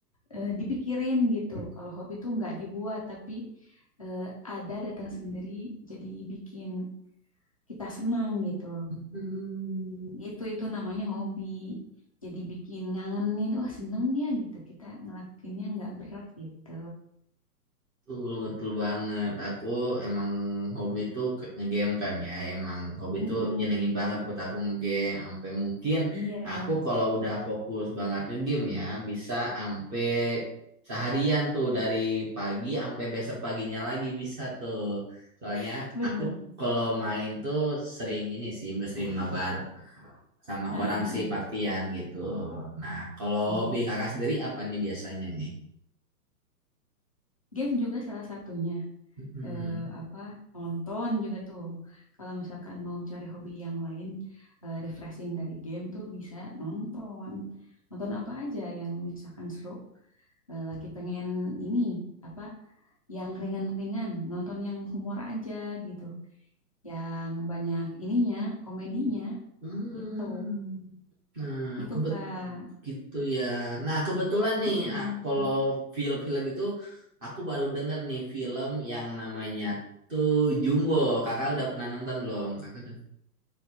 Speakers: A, on the left; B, on the right.
A: eh, dipikirin gitu. Kalau hobi tuh nggak dibuat, tapi eh, ada datang sendiri, jadi bikin kita senang gitu.
B: Hmm.
A: Gitu itu namanya hobi. Jadi bikin ngangenin, oh seneng ya gitu. Kita ngelakuinnya nggak berat gitu.
B: Betul, betul banget. Aku emang hobi tuh ke- ngegame kan ya. Emang hobi
A: Mm-mm.
B: tuh nyenengin banget buat aku ngegame. Sampai mungkin
A: Iya,
B: aku kalau udah fokus banget ngegame ya, bisa sampai seharian tuh dari pagi sampai besok paginya lagi bisa tuh. Soalnya
A: <laughs> bener.
B: aku kalau main tuh sering ini sih, sering mabar sama
A: Heeh,
B: orang sih partian gitu. Nah, kalau
A: Iya.
B: hobi kakak sendiri apa nih biasanya nih?
A: Game juga salah satunya.
B: Mm-mm.
A: Eh, apa nonton juga tuh. Kalau misalkan mau cari hobi yang lain eh, refreshing dari game tuh bisa nonton. Nonton apa aja yang misalkan seru. Eh, lagi pengen ini apa yang ringan-ringan, nonton yang humor aja gitu. yang banyak ininya, komedinya
B: Hmm.
A: gitu.
B: Nah,
A: Itu
B: kebet
A: Kak.
B: gitu ya. Nah, kebetulan
A: Mm-mm.
B: nih, ah, kalau film-film itu aku baru denger nih film yang namanya tuh Jumbo. Kakak udah pernah nonton belum? Kakak udah.